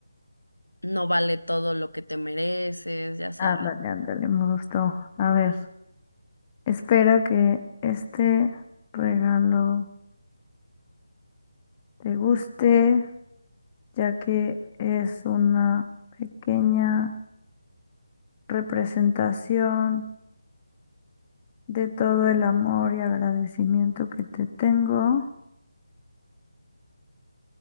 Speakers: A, on the left; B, on the left.
A: no vale todo lo que te mereces, ya sabes.
B: Ándale, ándale, me gustó. A ver, espero que este regalo te guste, ya que es una pequeña representación de todo el amor y agradecimiento que te tengo.